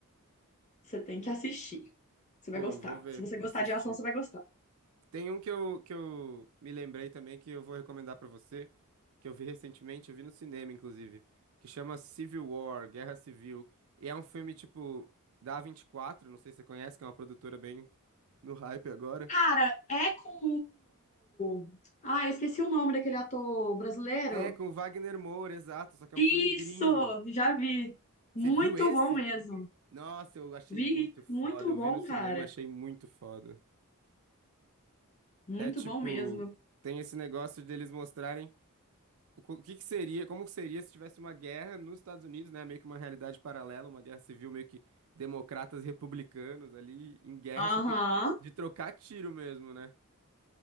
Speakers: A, on the left; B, on the right.
A: você tem que assistir. Você
B: Pô,
A: vai gostar.
B: vou ver,
A: Se você
B: vou
A: gostar
B: assistir.
A: de ação, você vai gostar.
B: Tem um que eu, que eu me lembrei também que eu vou recomendar pra você, que eu vi recentemente, eu vi no cinema, inclusive, que chama Civil War, Guerra Civil. E é um filme, tipo, da A24, não sei se você conhece, que é uma produtora bem no hype agora.
A: Cara, é com o... Ah, eu esqueci o nome daquele ator brasileiro.
B: É, com o Wagner Moura, exato, só que é
A: Isso,
B: um filme gringo.
A: já vi.
B: Você
A: Muito
B: viu esse?
A: bom mesmo.
B: Nossa, eu achei
A: Vi,
B: muito foda.
A: muito
B: Eu
A: bom,
B: vi no cinema,
A: cara.
B: achei muito foda.
A: Muito
B: É tipo,
A: bom mesmo.
B: tem esse negócio deles mostrarem. O co- o que que seria, como seria se tivesse uma guerra nos Estados Unidos, né? Meio que uma realidade paralela, uma guerra civil meio que democratas e republicanos ali em guerra,
A: Aham.
B: só que de trocar tiro mesmo, né?